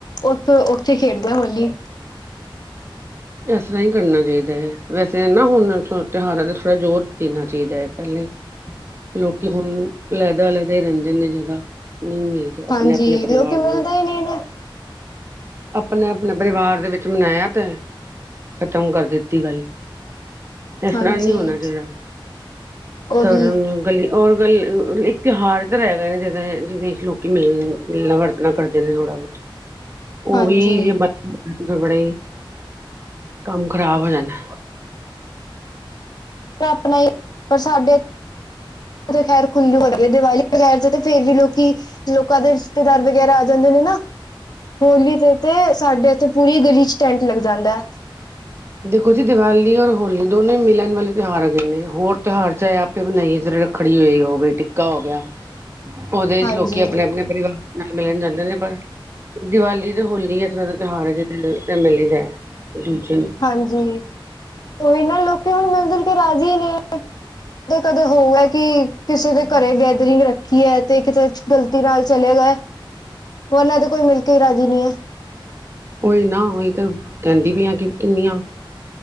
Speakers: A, on the left; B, on the right.
A: ਉੱਥੋਂ <unintelligible> ਫਿ ਖੇਡਦੇ ਆ ਹੋਲੀ
B: ਇਸ ਤਰ੍ਹਾਂ ਹੀ ਕਰਨਾ ਚਾਈਦਾ ਹੈ ਵੈਸੇ ਨਾ ਹੁਣ ਤੇਹਾਰਾਂ 'ਤੇ ਥੋੜ੍ਹਾ ਜੋਰ ਦੇਣਾ ਚੇਈਦੈ ਪੈਲੇ। ਲੋਕੀ ਹੁਣ, ਲੈਦਾ -ਲੈਦਾ ਈ ਰੈਂਦੇ ਨੇ ਜਿੱਦਾਂ ਨ ਈ ਮਿਲ ਅਪਣੇ
A: ਹਾਂਜੀ
B: -ਆਪਣੇ ਪਰਿਵਾਰ
A: ਲੋਕੀ ਮਿਲਦੇ
B: ਦੇ ਨਾਲ।
A: ਹੀ ਨਹੀਂ ਨੇ
B: ਆਪਨਾ ਨ ਬਰਿਵਾਰ ਦੇ ਵਿੱਚ ਮਨਾਯਾ ਤੇ ਹੈ। ਖਤਮ ਕਰ ਦਿੱਤੀ ਬਈ। ਇਸ
A: ਹਾਂਜੀ
B: ਤਰ੍ਹਾਂ ਨਈ ਹੋਨਾ ਚਾਈਦਾ।
A: ਉਹੀ
B: ਸਰੁਨ ਗਲੀ ਔਰ ਗੱਲ ਅ ਅਅ ਇੱਕ ਤੇਔਹਾਰ ਤੇ ਰੈਹ ਗਏ ਨੇ, ਜਿਦਾ ਏਹ ਜਿਹਦੇ ਚ <unintelligible> ਲੋਕੀ ਮਿਲ ਮਿਲਨਾ ਵਰਤਣਾ ਕਰਦੇ ਨੇ ਥੋੜ੍ਹਾ ਬੋਤ ਔਹੀ
A: ਹਾਂਜੀ
B: ਵੀ ਜ ਬੜੇ <unintelligible> ਕੰਮ ਖ਼ਰਾਬ ਹੋ ਜਾਂਨੈ
A: ਆਪਣਾ ਹੀ ਪਰ ਸਾਡੇ <unintelligible> ਉਥੇ ਖੈਰ ਖੁੱਲੀ ਹੋ ਗਈ ਹੈ <unintelligible> ਬਗੈਰ ਚ ਤੇ ਫੇਰ ਵੀ ਲੋਕੀ, ਲੋਕਾਂ ਦੇ ਰਿਸ਼ਤੇਦਾਰ ਵਗੈਰਾ ਆ ਜਾਂਦੇ ਨੇ ਨਾ ਹੋਲੀ ਤੇ ਤੇ ਸਾਡੇ ਇੱਥੇ ਪੂਰੀ ਗਲੀ ਚ ਟੈਂਟ ਲੱਗ ਜਾਂਦੈ।
B: ਦੇਖੋ ਜੀ ਦੀਵਾਲੀ ਔਰ ਹੋਲੀ ਦੋਨੇ ਮਿਲਣ ਵਾਲੇ ਤਿਔਹਾਰ ਹੈਗੇ ਨੇ, ਹੋਰ ਤੋਹਾਰ ਚ ਐਹ ਆਪ ਕਿ ਬਨਾਈ ਏਸ ਰੱਖੜੀ ਏ ਹੋਗੀ, ਟਿੱਕਾ ਹੋ ਗਿਆ ਔਦੇ
A: ਹਾਂਜੀ,
B: ਚ ਲੋਕੀ ਅਪਣੇ ਅਪਣੇ ਪਰਿਵਾਰ ਨਾ ਮਿਲਣ ਜਾਂਦੇ ਨੇ ਪਰ ਦੀਵਾਲੀ ਤੇ ਹੋਲੀ ਇਸ ਤਰ੍ਹਾਂ ਦਾ ਤੇਹਾਰ ਹੈ ਜਿਹੜੇ ਮਿਲੀ ਦਾ ਹੈ ਦੂਜੇ ਨੂੰ
A: ਹਾਂਜੀ, ਏਨਾਂ ਲੋਕਾਂ ਹੁਣ ਮਿਲ -ਜੁਲ ਕੇ ਰਾਜ਼ੀ ਨੀ ਤੇ ਕਦੇ ਹੋ ਐ ਕਿ ਕਿਸੇ ਦੇ ਘਰੇ ਗੈਦਰਿੰਗ ਰੱਖੀ ਐ ਤੇ ਕਿਤੇ ਗ਼ਲਤੀ ਨਾਲ ਚਲੇ ਗਏ, ਉਹਨਾਂ ਦੇ ਕੋਈ ਮਿਲ ਕੇ ਹੀ ਰਾਜ਼ੀ ਨਹੀਂ ਹੈ
B: ਉਹੀ ਨਾ ਉਹੀ ਤਾਂ ਕਹਿੰਦੀ ਪੀ ਆਂ ਕਿ ਕਿੰਨੀਆਂ